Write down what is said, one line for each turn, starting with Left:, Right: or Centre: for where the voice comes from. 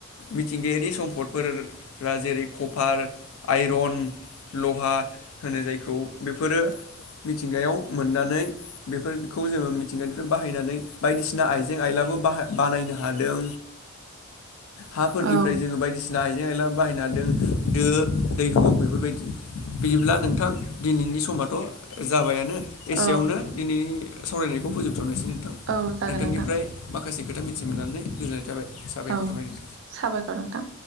Left: मिथिंगायारि सम्पदफोरा जेरै कफार, आइरन लहा होनो जायखौ बेफोरो मिथिंगायाव मोननानै बेफोरखौ जोङो मिथिंगानिफ्राय बाहायनानै बायदिसिना आइजें आइलाबो बाहा-बानायनो हादों हाफोरनिफ्राय
Right: औ
Left: जोङो बायदिसिना बे आइला बाहायनो हादों दो दैहु बेफोरबायदि बिदिब्ला नोंथां दिनैनि समाथ' जाबायानो एसेयावनो
Right: औ
Left: दिनैनि सावरायनायखौ फोजोबथनोसै नोंथांनिफ्राय
Right: औ जागोन नोंथां
Left: माखासे खोथा मिथिमोननानै गोजोननाय थाबाय। साबायखर
Right: औ
Left: थाबाय नोंथां
Right: साबायखर नोंथां